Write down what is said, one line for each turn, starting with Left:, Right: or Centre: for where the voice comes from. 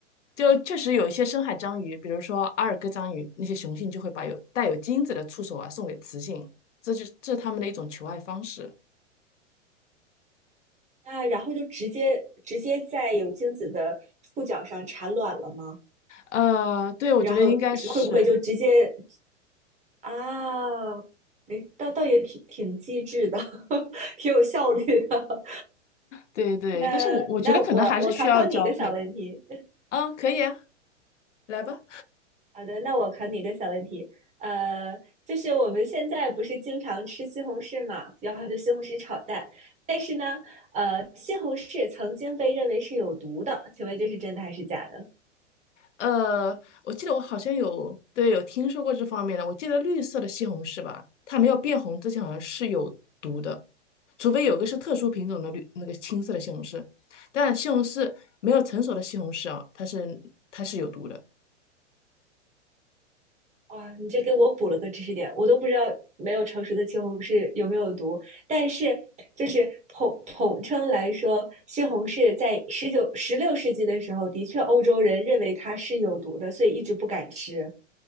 Left: 就确实有一些深海章鱼，比如说阿尔戈章鱼，那些雄性就会把有带有精子的触手啊送给雌性，这就是这是它们的一种求爱方式。
Right: 啊，然后就直接直接在有精子的触角上产卵了吗？
Left: 呃，对，我觉得应该是，
Right: 然后是会不会就直接啊？哎，倒倒也挺挺机智的，<laughs> 挺有效率的。
Left: 对对，
Right: 那那我我考考你一个小问题。
Left: 但是我我觉得可能还是需要交配吧。啊，可以啊，来吧。
Right: 好的，那我考你一个小问题。呃，就是我们现在不是经常吃西红柿嘛，然后就西红柿炒蛋。但是呢，呃，西红柿曾经被认为是有毒的，请问这是真的还是假的？
Left: 呃，我记得我好像有，对，有听说过这方面的。我记得绿色的西红柿吧，它没有变红之前好像是有毒的，除非有个是特殊品种的绿那个青色的西红柿。但西红柿没有成熟的西红柿啊，它是它是有毒的。
Right: 哇，你这给我补了个知识点，我都不知道没有成熟的西红柿有没有毒。但是，就是统统称来说，西红柿在十九、十六世纪的时候，的确欧洲人认为它是有毒的，所以一直不敢吃。